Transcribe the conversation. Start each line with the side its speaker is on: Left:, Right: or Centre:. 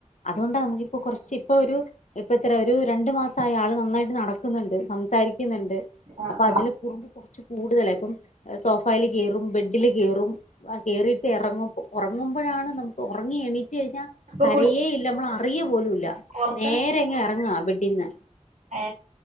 Left: അതുകൊണ്ടാ നമുക്കിപ്പോ കുറച്ച് ഇപ്പൊ ഒരു ഇപ്പ എത്ര ഒരു രണ്ടു മാസം ആയി ആൾ നന്നായിട്ട് നടക്കുന്നുണ്ട്. സംസാരിക്കുന്നുണ്ട്
Right: ആ
Left: അപ്പൊ
Right: ആ
Left: അതില് കുറുമ്പ് കുറച്ച് കൂടുതലായി ഇപ്പം സോഫായിൽ കയറും ബെഡിൽ കയറും കേറിയിട്ട് ഇറങ്ങുമ്പോ ങ്ങുമ്പെഴാണ് നമ്മുക്ക് ഒറങ്ങി എണീറ്റ് കഴിഞ്ഞാ
Right: ഇപ്പൊ
Left: കരയെ
Right: കുട്ടി
Left: ഇല്ല നമ്മൾ ആ അറിയും പോലു ഇല്ല
Right: പുറത്തന്നെ
Left: നേരെ അങ്ങ് എറങ്ങാ ബെഡിന്ന്
Right: ഏ